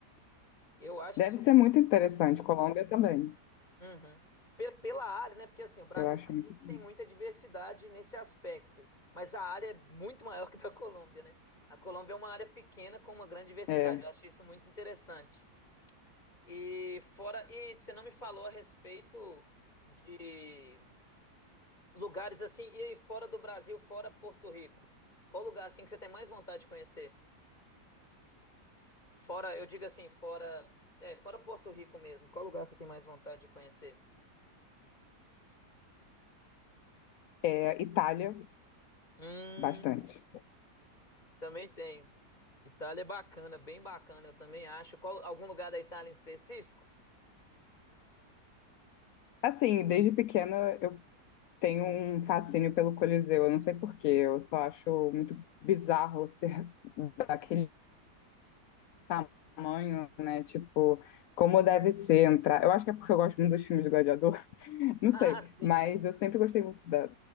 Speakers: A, on the left; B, on the left.
A: Eu acho
B: Deve
A: isso
B: ser muito interessante. Colômbia também.
A: Uhum. Pe- Pela área, né? Porque assim, o Brasil
B: Eu acho
A: também
B: muito.
A: ele
B: bonito.
A: tem muita diversidade nesse aspecto, mas a área é muito maior <laughs> que a da Colômbia, né? A Colômbia é uma área pequena com uma grande diversidade.
B: É,
A: Eu achei isso muito interessante. E fora, e você não me falou a respeito de lugares assim, e fora do Brasil, fora Porto Rico. Qual lugar assim que você tem mais vontade de conhecer? Fora, eu digo assim, fora, é, fora Porto Rico mesmo. Qual lugar você tem mais vontade de conhecer?
B: é Itália,
A: Hum,
B: bastante.
A: também tenho. Itália é bacana, bem bacana, eu também acho. Qual, algum lugar da Itália em específico? <laughs>
B: Assim, desde pequena eu tenho um fascínio pelo Coliseu. Eu não sei por quê. Eu só acho muito bizarro ser daquele tamanho, né? Tipo, como deve ser entrar. Eu acho que é porque eu gosto muito dos filmes do Gladiador. Não
A: Ah,
B: sei,
A: sim,
B: mas eu sempre gostei muito da,